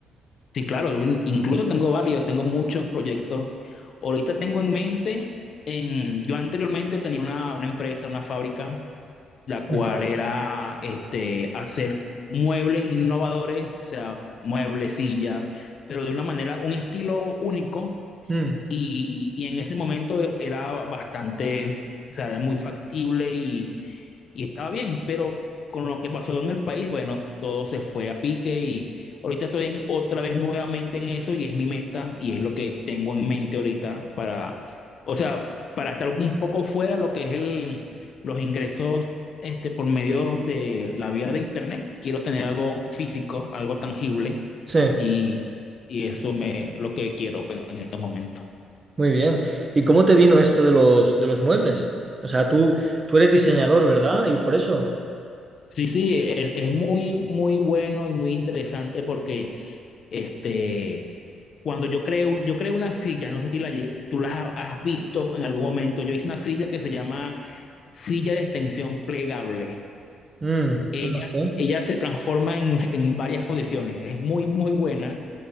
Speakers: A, on the left; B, on the right.
A: Sí, claro, in- incluso tengo varios, tengo muchos proyectos. Ahorita tengo en mente, en, yo anteriormente tenía una, una empresa, una fábrica, la cual
B: Ujú.
A: era este, hacer muebles innovadores, o sea, muebles, sillas, pero de una manera, un estilo único
B: Mm,
A: Y, y en ese momento era bastante, o sea, era muy factible y, y estaba bien, pero con lo que pasó en el país, bueno, todo se fue a pique y ahorita estoy en- otra vez nuevamente en eso y es mi meta y es lo que tengo en mente ahorita para, o sea, para estar un poco fuera de lo que es el, los ingresos este, por medio de la vía de internet. Quiero tener algo físico, algo tangible
B: Sí,
A: y, y eso me lo que quiero pues, en estos momentos.
B: muy bien. ¿Y cómo te vino esto de los, de los muebles? O sea, tú, tú eres diseñador, ¿verdad? Y por eso.
A: Sí, sí, e- e- es, muy, muy bueno y muy interesante porque este, cuando yo creé, un- yo creé una silla, no sé si la, lle- tú la has has visto en algún momento, yo hice una silla que se llama silla de extensión plegable.
B: Mm,
A: Ella,
B: no sé.
A: ella se transforma en, en varias posiciones, es muy, muy buena